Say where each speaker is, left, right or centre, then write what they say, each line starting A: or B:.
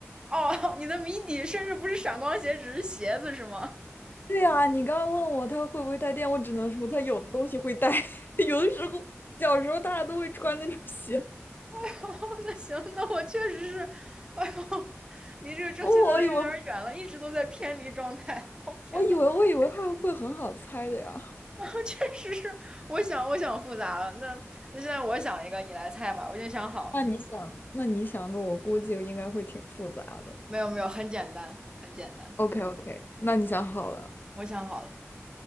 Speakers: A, on the right (about 20°); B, on the left (about 45°).
A: 哦，<laughs> 你的谜底甚至不是闪光鞋，只是鞋子是吗？
B: 对呀，你刚刚问我它会不会带电，我只能说它有的东西会带，<laughs> 有的时候小时候大家都会穿那种鞋，
A: <laughs> 哦，那行，那我确实是，哎呦，<laughs> 离这个正确答案有点儿远了，
B: 我以为
A: 一直都在偏离状态。<laughs> 哦，天呐。
B: 我以为我以为它会很好猜的呀。
A: 然后确实是，我想我想复杂了。那那现在我想一个，你来猜吧。我已经想好了。
B: 那你想，那你想的，我估计应该会挺复杂的。
A: 没有没有，很简单，很简单。
B: OK OK，那你想好了
A: 我想好了。